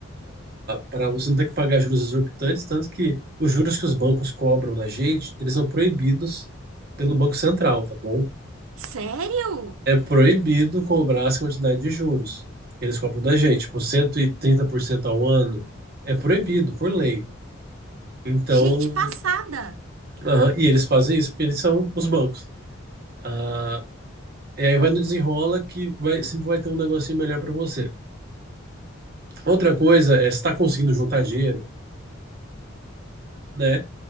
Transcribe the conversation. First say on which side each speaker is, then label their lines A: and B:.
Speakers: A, on the right (about 50°); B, on the right (about 80°).
A: para você não ter que pagar juros exorbitantes, tanto que os juros que os bancos cobram da gente, eles são proibidos pelo Banco Central, tá bom?
B: Sério?
A: É proibido cobrar essa quantidade de juros que eles cobram da gente, tipo 130% ao ano, é proibido por lei. Então,
B: Gente, passada!
A: aham, e eles fazem isso porque eles são os bancos. Ah, e aí vai no desenrola que vai, sempre vai ter um negocinho melhor para você. Outra coisa é se está conseguindo juntar dinheiro, né?